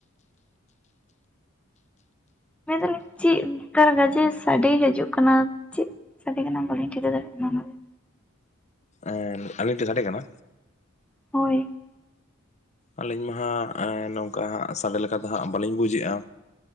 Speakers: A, in the centre; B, on the left.
A: ᱢᱮᱱ ᱫᱟᱞᱤᱧ ᱪᱮᱫ <unintelligible> ᱜᱟᱡᱮ ᱥᱟᱰᱮ ᱦᱤᱡᱩᱜ ᱠᱟᱱᱟ, ᱪᱮᱫ? ᱥᱟᱰᱮ ᱠᱟᱱᱟ ᱵᱟᱹᱞᱤᱧ ᱴᱷᱤᱠᱟᱹ ᱫᱟᱲᱮᱜ ᱠᱟᱱᱟ ᱚᱱᱟ ᱫᱚ᱾
B: ᱮᱸ ᱟᱹᱞᱤᱧ ᱴᱷᱮᱱ ᱥᱟᱰᱮ ᱠᱟᱱᱟ᱾
A: ᱦᱳᱭ
B: ᱟᱹᱞᱤᱧ ᱢᱟ ᱦᱟᱸᱜ ᱮ ᱱᱚᱝᱠᱟ ᱦᱟᱸᱜ ᱥᱟᱰᱮ ᱞᱮᱠᱟ ᱫᱚ ᱦᱟᱸᱜ ᱵᱟᱞᱤᱧ ᱵᱩᱡᱮᱜ-ᱟ᱾